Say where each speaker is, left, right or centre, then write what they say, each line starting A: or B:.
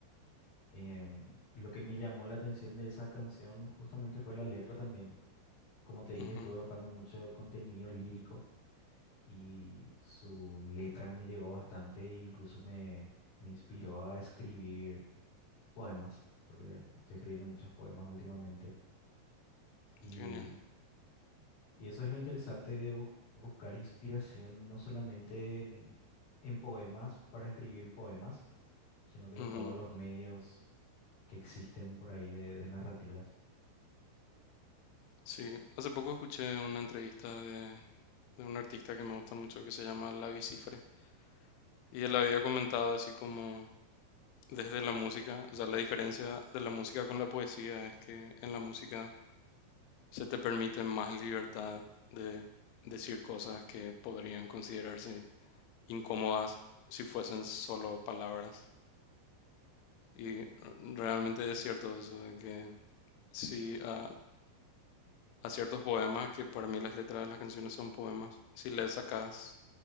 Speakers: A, on the left; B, on the left.
A: em, lo que me llamó la atención de esa canción justamente fue la letra también. Como te dije,
B: Ujú.
A: estuve buscando mucho contenido lírico. y su letra me llegó bastante e incluso me, me inspiró a escribir poemas, porque estoy escribiendo muchos poemas últimamente. Y,
B: Qué genial.
A: y eso es lo interesante de bus- buscar inspiración no solamente en, en poemas para escribir poemas, sino que en
B: Ujú.
A: todos los medios que existen por ahí de, de narrativas.
B: Sí, hace poco escuché una entrevista de, de un artista que me gusta mucho que se llama Lavi Cifre. Y él había comentado así como desde la música, o sea, la diferencia de la música con la poesía es que en la música se te permite más libertad de decir cosas que podrían considerarse incómodas si fuesen solo palabras. Y eh, realmente es cierto eso, de que si a, a ciertos poemas, que para mí las letras de las canciones son poemas, si le sacas